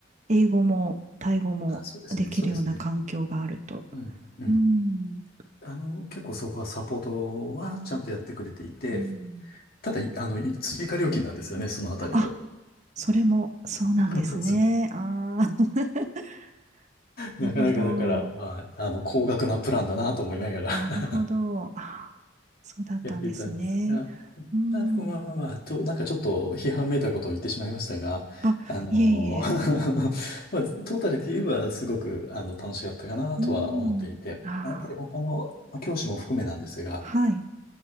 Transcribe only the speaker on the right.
英語もタイ語もできるような環境があると。
うん。
うん。
あ、それもそうなんですね。
ああ、<laughs>
なるほど。
なるほど。
あーそうだったんですね。
うん。
あ、
いえいえ。
うん。ああ。
はい。